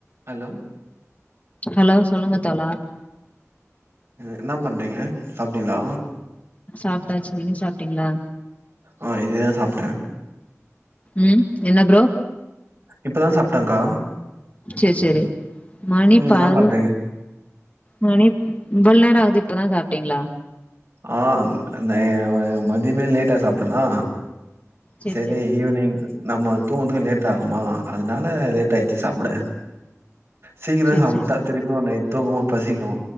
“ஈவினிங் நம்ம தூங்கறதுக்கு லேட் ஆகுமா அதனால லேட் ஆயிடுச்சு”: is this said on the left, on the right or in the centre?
Right